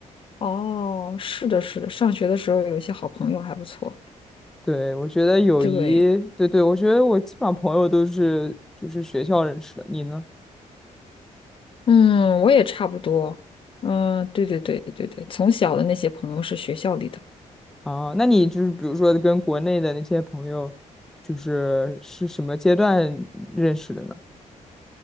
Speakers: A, on the left; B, in the centre.
A: 哦，是的，是的，上学的时候有一些好朋友还不错。
B: 对，我觉得友谊，
A: 对，
B: 对对，我觉得我基本上朋友都是就是学校认识的，你呢？
A: 嗯，我也差不多。嗯，对对对对对，从小的那些朋友是学校里的。
B: 啊，那你就是比如说跟国内的那些朋友，就是是什么阶段认识的呢？